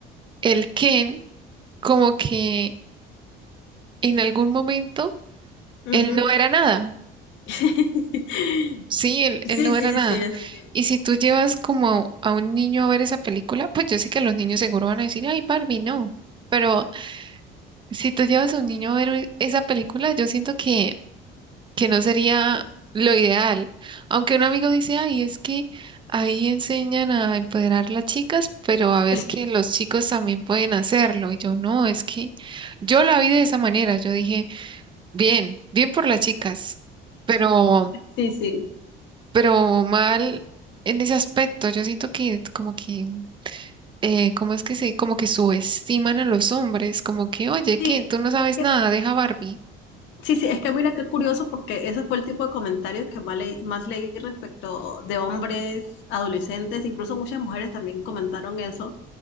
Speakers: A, on the right (about 25°); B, on the left (about 75°).
A: el Ken, como que en algún momento,
B: Ujú.
A: él no era nada.
B: <laughs>
A: Sí, él,
B: Sí,
A: él no
B: sí,
A: era nada.
B: sí, eso sí.
A: Y si tú llevas como a, un niño a ver esa película, pues yo sé que los niños seguro van a decir, ay, Barbie, no. Pero si tú llevas a un niño a ver e- esa película, yo siento que, que no sería lo ideal. Aunque un amigo dice, ay, es que ahí enseñan a empoderar las chicas, pero a ver
B: <laughs>
A: que los chicos también pueden hacerlo. Y yo, no, es que yo la vi de esa manera. Yo dije, bien, bien por las chicas, pero
B: Sí, sí.
A: pero mal en ese aspecto. Yo siento que como que, eh, ¿cómo es que se, como que subestiman a los hombres, como que, oye,
B: Sí,
A: ¿qué? Tú no sabes
B: es que-
A: nada, deja Barbie.
B: sí, sí, es que mira qué curioso porque ese fue el tipo de comentarios que más leí, más leí respecto de hombres, adolescentes, incluso muchas mujeres también comentaron eso